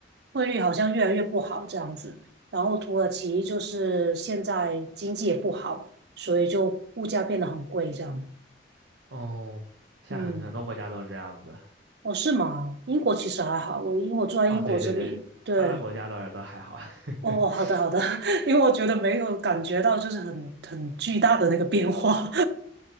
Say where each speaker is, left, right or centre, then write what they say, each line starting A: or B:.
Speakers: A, on the right; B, on the right.
A: 汇率好像越来越不好这样子。然后土耳其就是现在经济也不好，所以就物价变得很贵这样。
B: 哦，现在很很多国家都是这样子。
A: 嗯，哦，是吗？英国其实还好，我因为我住在英国这里，
B: 哦，对对对，
A: 对。
B: 发达国家倒是都还好。<laughs>
A: 哦哦，好的好的，<laughs> 因为我觉得没有感觉到就是很很巨大的那个变化。